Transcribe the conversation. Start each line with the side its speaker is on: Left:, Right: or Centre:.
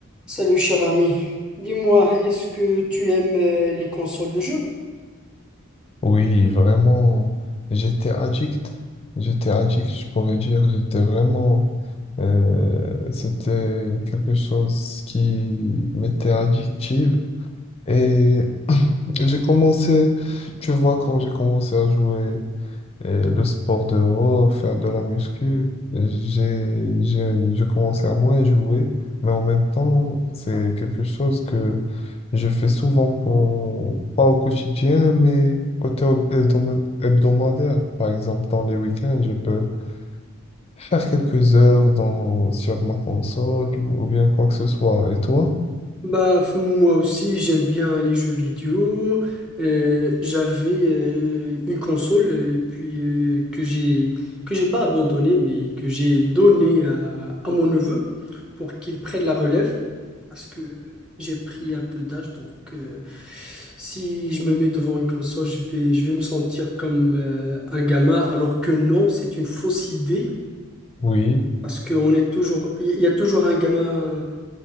Centre: Salut cher ami, dis-moi, est-ce que tu aimes euh, les consoles de jeux?
Left: Oui, vraiment, j'étais addict. J'étais addict, je pourrais dire. J'étais vraiment... euh, c'était quelque chose qui m'était addictive. Et <clears throat> j'ai commencé, tu vois, quand j'ai commencé à jouer. Et le sport dehors, faire de la muscu, j'ai, j'ai, je commençais à moins jouer, mais en même temps, c'est quelque chose que je fais souvent pour, pas au quotidien, mais côté hab- hebdoma- hebdomadaire. Par exemple, dans les week-ends, je peux faire quelques heures dans, sur ma console ou bien quoi que ce soit. Et toi?
Centre: Bah f- moi aussi j'aime bien les jeux vidéo. Euh, j'avais euh, une console euh, et puis euh, que j'ai que j'ai pas abandonnée mais que j'ai donnée à, à mon neveu pour qu'il prenne la relève parce que j'ai pris un peu d'âge donc euh, si je me mets devant une console je vais je vais me sentir comme euh, un gamin alors que non c'est une fausse idée.
Left: Oui,
Centre: Parce qu'on est toujours, il y a toujours un gamin